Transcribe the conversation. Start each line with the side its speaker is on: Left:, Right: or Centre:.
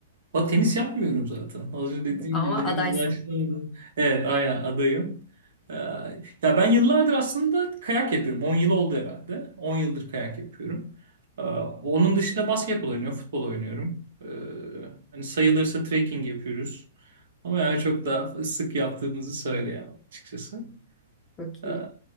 Right: O tenis yapmıyorum zaten. Az önce dediğim
Left: Ama
Right: gibi henüz
Left: adaysın.
Right: başlamadım. Evet, aynen adayım. Ee, ya ben yıllardır aslında kayak yapıyorum. 10 yıl oldu herhalde. 10 yıldır kayak yapıyorum. Ee, onun dışında basketbol oynuyorum, futbol oynuyorum. Ee, hani sayılırsa trekking yapıyoruz. Ama yani çok daha sık yaptığımızı söyleyemem açıkçası.
Left: Çok
Right: Ee,
Left: iyi.